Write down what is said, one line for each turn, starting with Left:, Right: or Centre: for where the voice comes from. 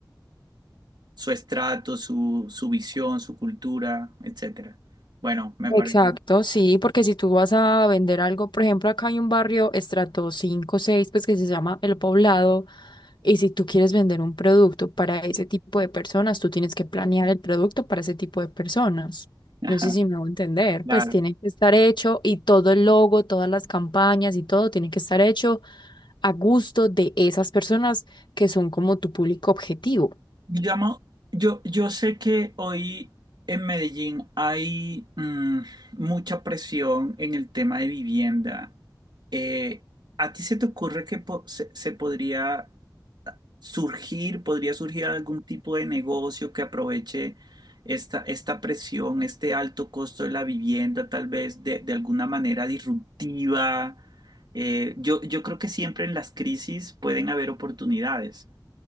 Right: su estrato, su, su visión, su cultura, etcétera. Bueno, me parece.
Left: Exacto, sí, porque si tú vas a vender algo, por ejemplo, acá hay un barrio estrato 5, 6, pues que se llama El Poblado, y si tú quieres vender un producto para ese tipo de personas, tú tienes que planear el producto para ese tipo de personas.
Right: Ajá,
Left: No sé si me hago entender,
Right: claro.
Left: pues tiene que estar hecho y todo el logo, todas las campañas y todo tiene que estar hecho a gusto de esas personas que son como tu público objetivo.
Right: Digamos, yo, yo sé que hoy en Medellín hay mm, mucha presión en el tema de vivienda. Eh, ¿a ti se te ocurre que po- se, se podría surgir, podría surgir algún tipo de negocio que aproveche esta, esta presión, este alto costo de la vivienda, tal vez de, de alguna manera disruptiva. Eh, yo, yo creo que siempre en las crisis pueden haber oportunidades,